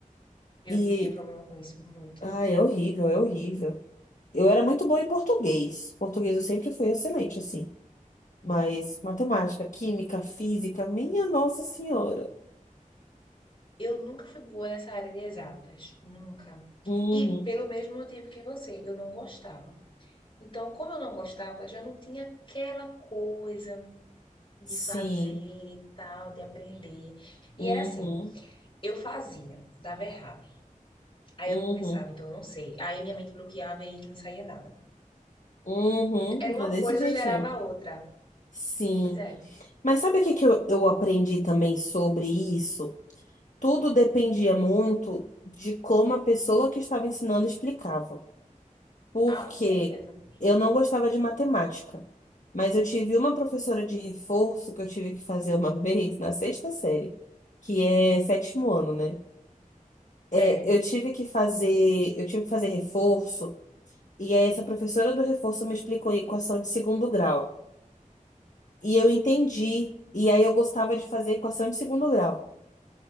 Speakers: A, on the left (about 40°); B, on the left (about 65°).
A: Eu
B: E,
A: tinha problema com isso muito.
B: ah é horrível, é horrível. Eu era muito boa em português. Português eu sempre fui excelente, assim. Mas matemática, química, física, minha Nossa Senhora.
A: Eu nunca fui boa nessa área de exatas, nunca.
B: Uhum,
A: E pelo mesmo motivo que você, eu não gostava. Então, como eu não gostava, já não tinha aquela coisa de
B: sim.
A: fazer, e tal, de aprender. E
B: Uhum,
A: era assim, eu fazia, dava errado. Aí
B: uhum,
A: eu pensava, então eu não sei. Aí minha mente bloqueava e aí que não saía nada.
B: uhum.
A: Era uma
B: É Desse
A: coisa,
B: jeitinho.
A: gerava a outra.
B: Sim.
A: Pois é.
B: Mas sabe o que que eu, eu aprendi também sobre isso? Tudo dependia muito de como a pessoa que estava ensinando explicava. porque
A: Ah, com certeza.
B: eu não gostava de matemática, mas eu tive uma professora de reforço que eu tive que fazer uma <laughs> vez na sexta série, que é sétimo ano, né?
A: É.
B: É, eu tive que fazer, eu tive que fazer reforço, e aí essa professora do reforço me explicou a equação de segundo grau. E eu entendi, e aí eu gostava de fazer equação de segundo grau.